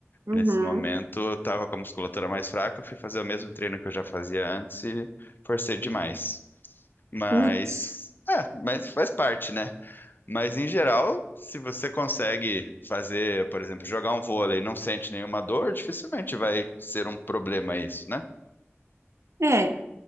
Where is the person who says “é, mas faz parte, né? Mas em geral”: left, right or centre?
Left